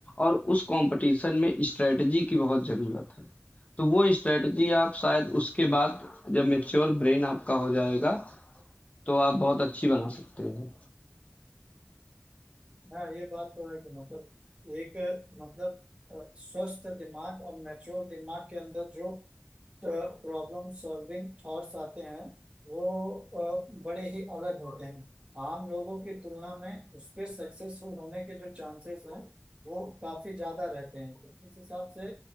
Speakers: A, on the left (about 30°); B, on the right (about 20°).
A: और उस कंपटीशन में स्ट्रेटजी की बहुत ज़रूरत है तो वो स्ट्रेटजी आप शायद उसके बाद जब मेच्योर ब्रेन आपका हो जाएगा तो आप बहुत अच्छी बना सकते हो।
B: हाँ ये बात तो है कि मतलब एक मतलब अ, स्वस्थ दिमाग और मैच्योर दिमाग के अंदर जो प्रॉब्लम सॉल्विंग थॉट्स आते हैं वो अ, बड़े ही अलग होते हैं आम लोगों की तुलना में उसके सक्सेसफुल होने के जो चांसेस हैं वो काफ़ी ज़्यादा रहते हैं इस हिसाब से